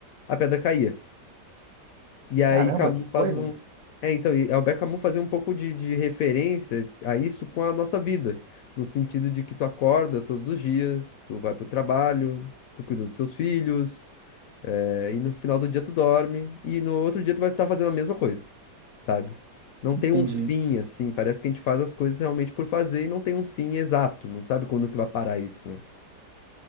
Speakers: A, on the left; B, on the right.
A: a pedra caía. E aí
B: Caramba,
A: Camus
B: que
A: faz
B: coisa.
A: um. É, então, e Albert Camus fazia um pouco de, de referência a isso com a nossa vida, no sentido de que tu acorda todos os dias, tu vai pro trabalho, tu cuida dos teus filhos, é, e no final do dia tu dorme, e no outro dia tu vai estar fazendo a mesma coisa, sabe? Não
B: Entendi.
A: tem um fim, assim, parece que a gente faz as coisas realmente por fazer e não tem um fim exato, não sabe quando que vai parar isso, né?